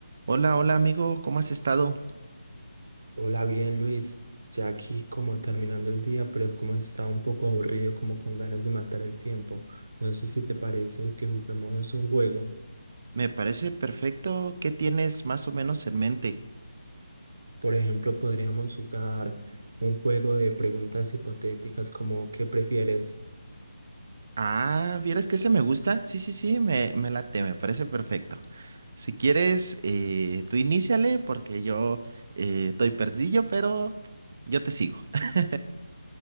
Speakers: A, on the right (about 45°); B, on the right (about 70°).
A: Hola, hola amigo, ¿cómo has estado?
B: Hola, bien Luis, ya aquí como terminando el día, pero es como estaba un poco aburrido, como con ganas de matar el tiempo. No sé si te parece que juguemos un juego.
A: Me parece perfecto. ¿Qué tienes más o menos en mente?
B: Por ejemplo, podríamos jugar un juego de preguntas hipotéticas como ¿qué prefieres?
A: Ah, ¿vieras que ese me gusta? Sí, sí, sí, me, me late, me parece perfecto. Si quieres, eh, tú iníciale porque yo eh, estoy perdido, pero yo te sigo. <laughs>